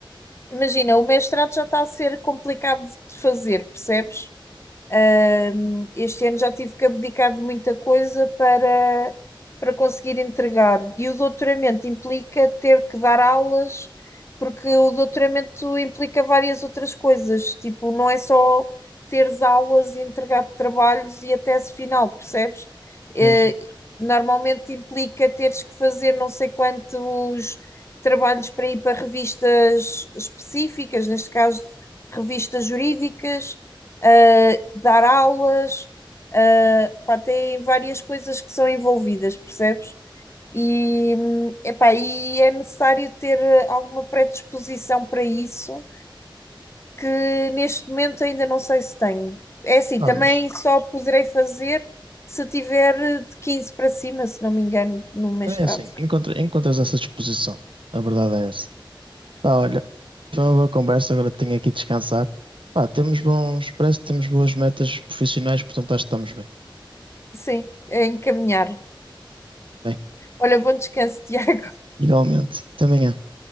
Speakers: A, on the left; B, on the right.
A: imagina, o mestrado já está a ser complicado de fazer, percebes? Ahm, este ano já tive que abdicar de muita coisa para, para conseguir entregar. E o doutoramento implica ter que dar aulas, porque o doutoramento implica várias outras coisas. Tipo, não é só teres aulas e entregar trabalhos e a tese final, percebes? Eh,
B: Sim, sim.
A: normalmente implica teres que fazer não sei quantos trabalhos para ir para revistas específicas, neste caso, revistas jurídicas ah, dar aulas, ah, pá, tem várias coisas que são envolvidas, percebes? E, hum, epá, e é necessário ter eh, alguma predisposição para isso, que neste momento ainda não sei se tenho. É assim,
B: Ah,
A: também
B: mas
A: só poderei fazer se tiver eh, de 15 para cima, se não me engano, no mestrado.
B: também é assim, encontra- encontras essa disposição. A verdade é essa. Pá, olha, foi uma boa conversa, agora tenho aqui de descansar. Pá, temos bons, parece que temos boas metas profissionais, portanto acho que estamos bem.
A: Sim, é encaminhar.
B: Bem,
A: Olha, bom descanso, <laughs> Tiago.
B: igualmente. Até amanhã.